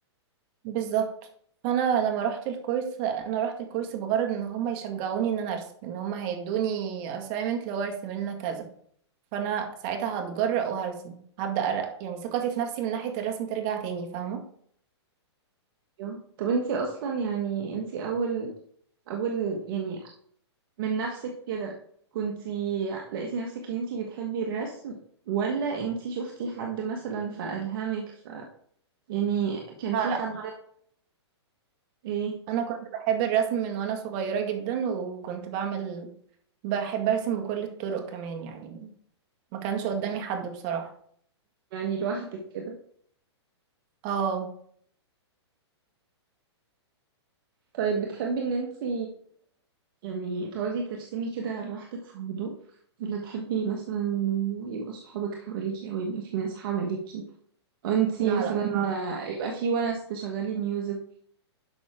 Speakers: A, on the right (about 35°); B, on the right (about 50°).
A: بالظبط فانا لما رحت الكورس انا رحت الكورس بغرض ان هم يشجعوني ان انا ارسم ان هم هيدوني assignment لو ارسم لنا كذا فانا ساعتها هتجرأ وهرسم هبدأ أر... يعني ثقتي في نفسي من ناحية الرسم ترجع تاني فاهمة
B: أيوة. طب انتي اصلا يعني انتي اول اول يعني من نفسك كده كنتي لقيتي نفسك ان انتي بتحبي الرسم ولا انتي شفتي حد مثلا فألهمك ف يعني كان
A: لا
B: في
A: لا
B: حد ايه
A: انا كنت بحب الرسم من وانا صغيرة جدا وكنت بعمل بحب ارسم بكل الطرق كمان يعني ما كانش قدامي حد بصراحة
B: يعني لوحدك كده
A: اه
B: طيب بتحبي ان انتي يعني تقعدي ترسمي كده لوحدك في هدوء ولا تحبي مثلا انه يبقى صحابك حواليكي او يبقى في ناس حواليكي وانتي
A: لا
B: مثلا
A: لا صعب أوي.
B: يبقى في ونس تشغلي ميوزك